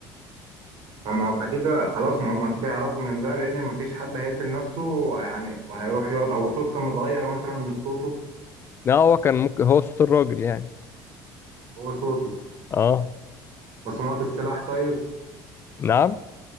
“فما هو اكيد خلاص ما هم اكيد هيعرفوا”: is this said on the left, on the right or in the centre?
Right